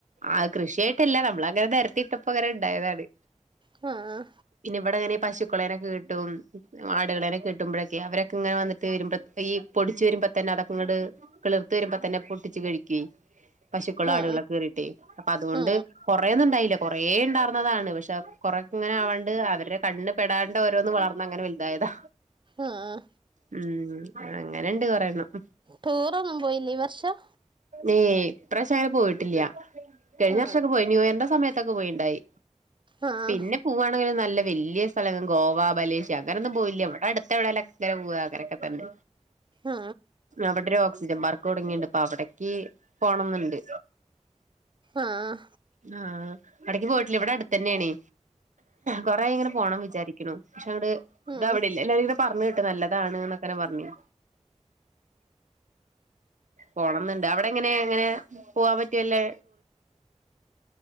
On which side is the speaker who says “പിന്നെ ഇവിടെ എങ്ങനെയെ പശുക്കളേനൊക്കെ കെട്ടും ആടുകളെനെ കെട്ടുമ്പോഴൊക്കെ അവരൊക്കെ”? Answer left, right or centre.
Right